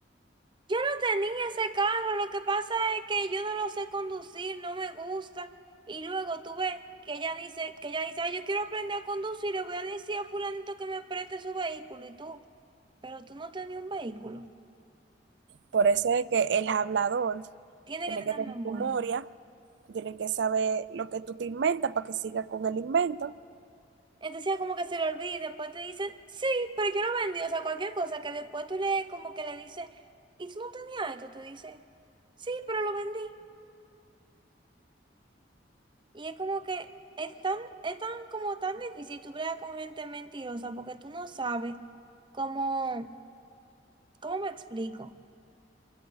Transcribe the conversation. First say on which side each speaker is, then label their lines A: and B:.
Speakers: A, on the right; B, on the right.
A: yo no tenía ese carro, lo que pasa es que yo no lo sé conducir, no me gusta. Y luego tú ves que ella dice, que ella dice, "Ay, yo quiero aprender a conducir, le voy a decir a fulanito que me preste su vehículo, y tú, pero tú no tenías un vehículo,
B: Por eso es que el hablador
A: tiene
B: tiene
A: que tener
B: que tener
A: memoria.
B: memoria, tiene que saber lo que tú te inventas para que siga con el invento.
A: Entonces ya como que se le olvida y después te dicen, sí, pero yo lo vendí, o sea, cualquier cosa que después tú le como que le dices, ¿y tú no tenías esto? Te dice, sí, pero lo vendí. Y es como que es tan, es tan como tan difícil tú bregar con gente mentirosa porque tú no sabes cómo, ¿cómo me explico?